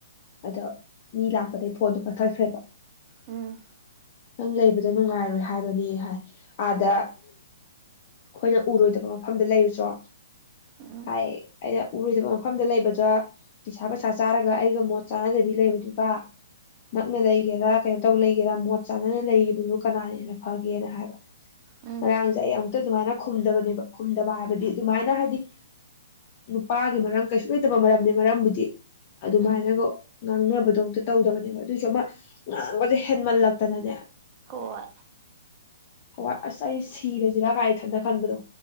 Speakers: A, on the left; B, on the right.
A: ꯑꯗꯣ ꯃꯤ ꯂꯥꯛꯄꯗꯒꯩ ꯐꯣꯟꯗꯣ ꯀꯛꯊꯠꯈ꯭ꯔꯦꯕ
B: ꯎꯝ ꯎꯝ
A: ꯅꯪ ꯂꯩꯕꯗ ꯅꯨꯡꯉꯥꯏꯔꯣꯏ ꯍꯥꯏꯕꯅꯦ ꯍꯥꯏ ꯑꯥꯗ ꯈꯣꯏꯅ ꯎꯔꯣꯏꯗꯕ ꯃꯐꯝꯗ ꯂꯩꯔꯨꯆꯣ
B: ꯎꯝ
A: ꯍꯥꯏ ꯑꯩꯅ ꯎꯔꯣꯏꯗꯕ ꯃꯐꯝꯗ ꯂꯩꯕꯗ ꯅꯤꯁꯥ ꯄꯁꯥ ꯆꯥꯔꯒ ꯑꯩꯒ ꯃꯣꯠ ꯆꯥꯅꯗꯕꯤ ꯂꯩꯕꯗꯨꯒ ꯅꯛꯅ ꯂꯩꯒꯦꯔꯥ ꯀꯩꯅꯣ ꯇꯧ ꯂꯩꯒꯦꯔꯥ ꯃꯣꯠ ꯆꯥꯟꯅꯅ ꯂꯩꯕꯗꯨ ꯀꯅꯥꯅ ꯍꯦꯟꯅ ꯐꯒꯦꯅ ꯍꯥꯏꯕ
B: ꯎꯝ
A: ꯉꯔꯥꯡꯁꯦ ꯑꯩ ꯌꯝ ꯑꯗꯨꯃꯥꯏꯅ ꯈꯨꯝꯗꯕꯅꯦꯕ ꯈꯨꯝꯗꯕ ꯍꯥꯏꯕꯗꯤ ꯑꯗꯨꯃꯥꯏꯅ ꯍꯥꯏꯗꯤ ꯅꯨꯄꯥꯒꯤ ꯃꯔꯝ ꯀꯩꯁꯨ ꯂꯩꯇꯕ ꯃꯔꯝꯅꯤ ꯃꯔꯝꯕꯨꯗꯤ ꯑꯗꯨꯃꯥꯏꯅꯒ
B: ꯎꯝ
A: ꯉꯥꯡꯅꯕꯗꯣ ꯑꯝꯛꯇ ꯇꯧꯗꯕꯅꯦꯕ ꯑꯗꯨꯑꯣꯏꯁꯨ ꯑꯃ ꯉꯥꯡꯕꯁꯦ ꯍꯦꯟꯃꯜꯂꯛꯇꯅꯅꯦ
B: ꯀꯣꯏ
A: ꯑꯣ ꯑꯁ ꯑꯩ ꯁꯤꯔꯦ ꯖꯤꯔꯥ ꯀꯥꯏ ꯏꯊꯟꯗ ꯈꯟꯕꯗꯣ